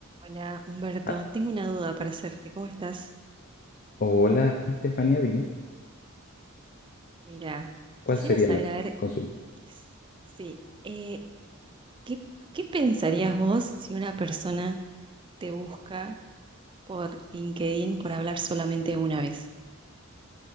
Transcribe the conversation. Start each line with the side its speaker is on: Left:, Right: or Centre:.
Right: Hola, Humberto.
Left: Ah,
Right: Tengo una duda para hacerte. ¿Cómo estás?
Left: Hola, Estefanía, dime,
Right: Mira,
Left: ¿cuál
Right: quisiera
Left: sería
Right: saber,
Left: la
Right: a ver,
Left: consulta?
Right: s- sí, eh, ¿qué, qué pensarías vos si una persona te busca por LinkedIn por hablar solamente una vez?